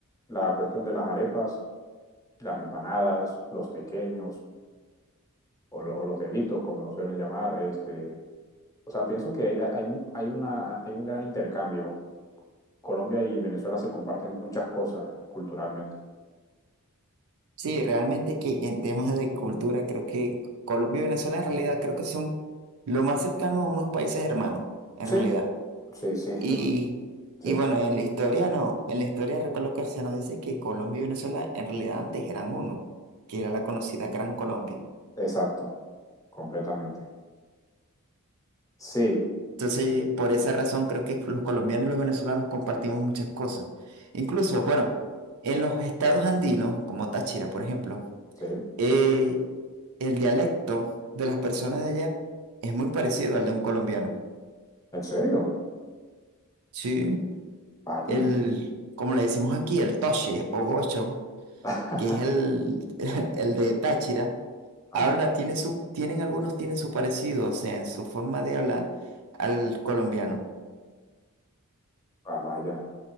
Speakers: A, on the left (about 15°); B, on the right (about 80°).
A: la cuestión de las arepas, las empanadas, los tequeños o, lo- o los deditos, como lo suelen llamar. Este, o sea, pienso que hay, hay, mu- hay una, hay un gran intercambio. Colombia y Venezuela se comparten muchas cosas culturalmente.
B: Sí, realmente que en temas de cultura creo que Colombia y Venezuela en realidad creo que son lo más cercano a unos países hermanos, en
A: Sí,
B: realidad.
A: sí, sí, <laughs>
B: Y,
A: no, sí,
B: y bueno, en la historia no, en la historia recuerdo que se nos dice que Colombia y Venezuela en realidad antes eran uno, que era la conocida Gran Colombia.
A: exacto, completamente. Sí,
B: Entonces, por esa razón creo que los colombianos y los venezolanos compartimos muchas cosas. Incluso, bueno, en los estados andinos, como Táchira, por ejemplo,
A: sí,
B: eh, el dialecto de las personas de allá es muy parecido al de un colombiano.
A: ¿en serio?
B: Sí,
A: Vaya.
B: el, como le decimos aquí, el toche o gocho.
A: <laughs>
B: que es el, <laughs> el de Táchira,
A: Ajá,
B: habla, tiene su, tienen algunos tienen su parecido, o sea, en su forma de hablar al colombiano.
A: ah, vaya.